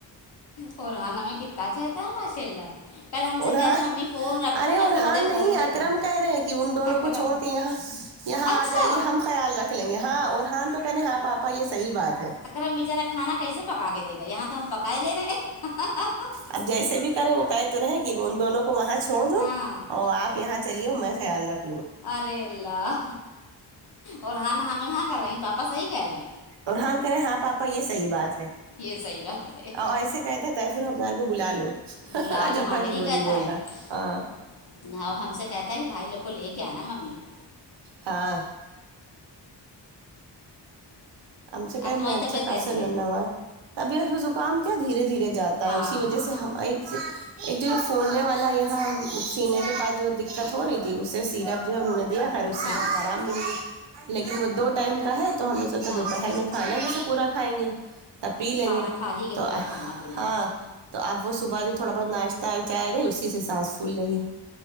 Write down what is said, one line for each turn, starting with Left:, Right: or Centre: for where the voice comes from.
Left: قرآن ہمیں کتنا چتا ہے ماشاء اللہ کل ہم
Right: اور
Left: سے
Right: ہاں
Left: کہہ رہے ہیں ممی فون رکھو
Right: ارے
Left: میں
Right: اوررحان
Left: تھوڑی دیر
Right: نہیں
Left: فون دیکھوں
Right: اکرم
Left: گا
Right: کہہ رہے ہیں کہ ان دونوں
Left: اکرم
Right: کو چھوڑ کے یہاں یہاں
Left: اچھا
Right: آ جائیے ہم خیال رکھ لیں گے ہاں اور ہان تو کہنے ہاں پاپا یہ صحیح بات ہے
Left: ام بچارا کھانا کیسے پکا کے دے گا یہاں تو ہم پکا لے رہے ہیں <unintelligible>
Right: آپ جیسے بھی کریں وہ کہے تو رہ کہ ان دونوں کو وہاں چھوڑ دو
Left: ہاں
Right: اور آپ <unintelligible> یہاں چلی ہو میں خیال رکھوں
Left: ارے اللہ اور ہاں ہم ہاں کر رہے پاپا صحیح کر رہے ہیں
Right: ررحان کریں ہاں پاپا یہ صحیح بات ہے
Left: یہ صحیح بات ہے
Right: اور ایسے کہتے س طیف ال ہفدان کو بلا لو <unintelligible>
Left: بل
Right: آج
Left: ل
Right: ابا
Left: ہاں یہی
Right: کی بولی
Left: کہتا
Right: بولنا
Left: ہے <unintelligible>
Right: ہاں
Left: نہ وہ ہم سے کہتا ہے کہ بھائی لوگ کو لے کے آناا ممی <unintelligible>
Right: ہاں ہم سے
Left: اب
Right: کیا
Left: تمہاری
Right: میں اچھا
Left: طبیعت
Right: خاصا
Left: کیسی ہے
Right: انواز طبیعت و زکام کیا دھیرے دھیرے جاتا
Left: ہاں
Right: ہے اسی وجہ
Left: ہاں
Right: سے ایک ایک تو فوننے والا یہاں سینے کے پاس جو دقت ہو رہی تھی اس سے سیرپ جو ہے انہوں نے دیا خیر اس سے
Left: ہاں
Right: بہت آرام مل گئی لیکن وہ دو ٹائم کا ہے تو ہم نے سوچا
Left: ہاں
Right: دوپہر میں کھانا جیسے پورا کھائیں گے تب پی لیں
Left: کھانا
Right: گے
Left: کھا ہی گئے
Right: تو
Left: بیٹیا کھانا پینا
Right: ہاں تو اپ کو صبح سے تھوڑا بہت ناشتہ چائے نہیں اسی سے سانس پھول لیں گے